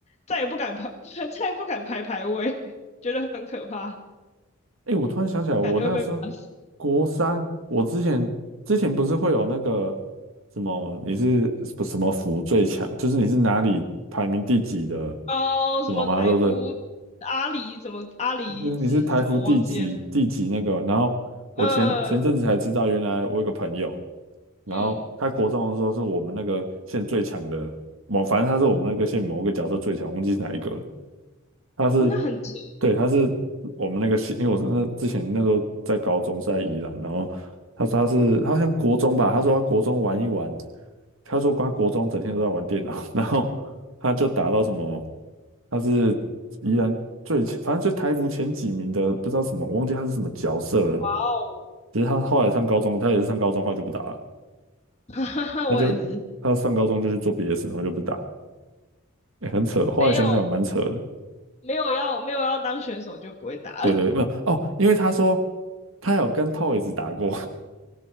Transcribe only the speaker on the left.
再也不敢排，<laughs> 再也不敢排排位，觉得很可怕。
感觉会被骂死。
哦，什么台服
阿里，什么阿里之什么，
我忘记了。
呃，
嗯，
哦，那很扯，
哇哦，
<laughs> 哈哈哈，
我也是，
没有
没有要没有要当选手就不会打了。
<laughs>